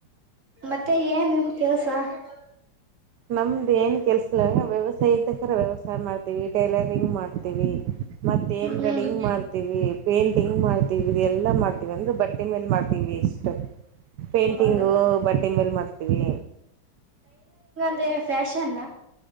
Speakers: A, on the right; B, on the right.
A: ಮತ್ತೆ ಏನ್ ನಿಮ ಕೆಲ್ಸ <unintelligible>
B: ನಮ್ದ ಏನ್ ಕೆಲ್ಸ? ಇಲ್ಲ ವ್ಯವಸಾಯ ಇದಕ ವ್ಯವಸಾಯ ಮಾಡ್ತ ಟೈಲರಿಂಗ್ ಮಾಡ್ತೀವಿ, ಮತ್ತೆ
A: ಹ್ಮ್.
B: ಎಮ್ರೈಡಿಂಗ್ ಮಾಡ್ತೀವಿ, ಪೇಂಟಿಂಗ್ ಮಾಡ್ತೀವಿ ಇದ ಎಲ್ಲಾ ಮಾಡ್ತೀವಿ ಅಂದ್ರೆ ಬಟ್ಟೆ ಮೇಲ್ ಮಾಡ. ಮಾಡ್ತೀವಿ ಇಷ್ಟ. ಪೇಂಟಿಂಗು
A: ಹೌದ
B: ಬಟ್ಟೆ ಮೇಲ್ ಮಾಡ್ತವಿ.
A: ಅದೇ ಫ್ಯಾಷನ್?